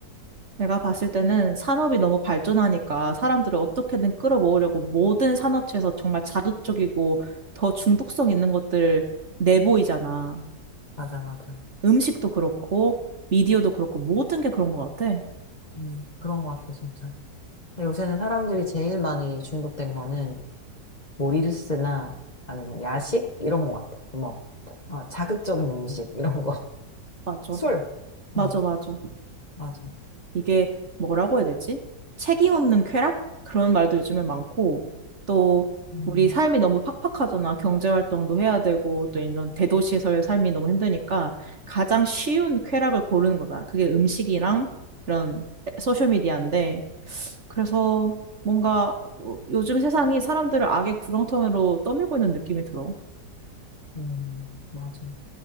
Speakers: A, on the right; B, on the left.
A: 내가 봤을 때는 산업이 너무 발전하니까 사람들을 어떻게든 끌어모으려고 모든 산업체에서 정말 자극적이고 더 중독성 있는 것들을 내보이잖아.
B: 맞아, 맞아.
A: 음식도 그렇고 미디어도 그렇고 모든 게 그런 것 같아.
B: 음, 그런 것 같아, 진짜. 요새는 사람들이 제일 많이 중독된 거는 뭐 릴스나 아니면 야식? 이런 것 같아. 뭐, 아, 자극적인 음식, 이런 거. <laughs>
A: 맞아.
B: 술.
A: 맞아,
B: 응,
A: 맞아.
B: 맞아.
A: 이게 뭐라고 해야 되지? 책임 없는 쾌락? 그런 말도 요즘에 많고, 또
B: 음,
A: 우리 삶이 너무 팍팍하잖아. 경제 활동도 해야 되고, 또 이런 대도시에서의 삶이 너무 힘드니까 가장 쉬운 쾌락을 고르는 거잖아. 그게 음식이랑 이런 소셜미디어인데, 그래서 뭔가 어, 요즘 세상이 사람들을 악의 구렁텅이로 떠밀고 있는 느낌이 들어.
B: 음, 맞아.